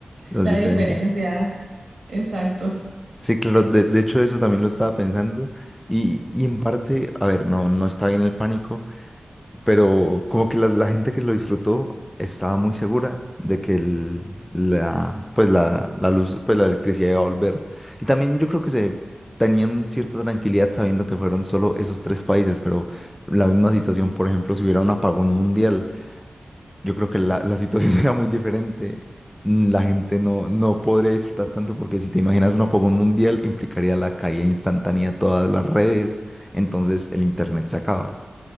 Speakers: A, in the centre; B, on the right.
A: las
B: la
A: diferencias.
B: diferencia. Exacto.
A: Sí, claro, de, de hecho eso también lo estaba pensando y, y en parte, a ver, no, no está bien el pánico, pero como que la, la gente que lo disfrutó estaba muy segura de que el- la, pues la, la luz, pues la electricidad iba a volver. Y también yo creo que se tenían cierta tranquilidad sabiendo que fueron solo esos tres países, pero la misma situación, por ejemplo, si hubiera un apagón mundial. yo creo que la, la situación <laughs> será muy diferente. Mm, La gente no, no podría disfrutar tanto porque si te imaginas un apagón mundial implicaría la caída instantánea de todas las redes, entonces el internet se acaba.